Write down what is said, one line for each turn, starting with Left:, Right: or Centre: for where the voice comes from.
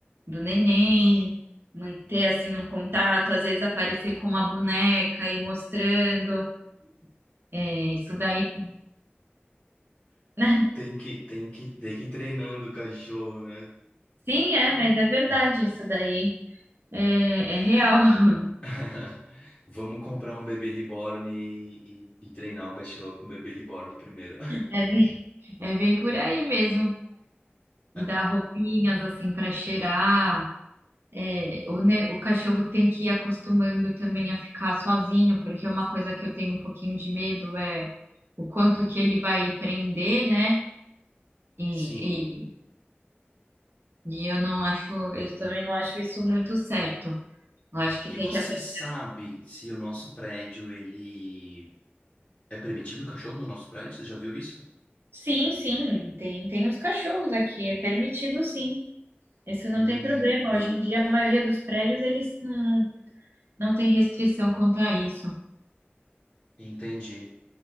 Right: do neném, manter assim um contato, às vezes aparecer com uma boneca e mostrando. É, Isso daí, né?
Left: Tem
Right: <laughs>
Left: que tem que tem que ir treinando o cachorro, né?
Right: Sim, é, mas é verdade, isso daí é, é real. <laughs>
Left: <laughs> Vamos comprar um bebê reborn e, e, e treinar o cachorro com o bebê reborn primeiro.
Right: É bem, é bem por aí mesmo. E
Left: <laughs>
Right: dar roupinhas assim para cheirar. É, O, ne- o cachorro tem que ir acostumando também a ficar sozinho, porque uma coisa que eu tenho um pouquinho de medo é o quanto que ele vai prender, né? E,
Left: Sim.
Right: E eu não acho, eu também não acho isso muito certo. Eu acho que
Left: E
Right: tem
Left: você
Right: que aprender.
Left: sabe se o nosso prédio ele É permitido o cachorro no nosso prédio? Você já viu isso?
Right: Sim, sim, tem, tem os cachorros aqui, é permitido sim. Isso não
Left: Hum,
Right: tem problema. Hoje em dia, a maioria dos prédios, eles não, não tem restrição quanto a isso.
Left: entendi.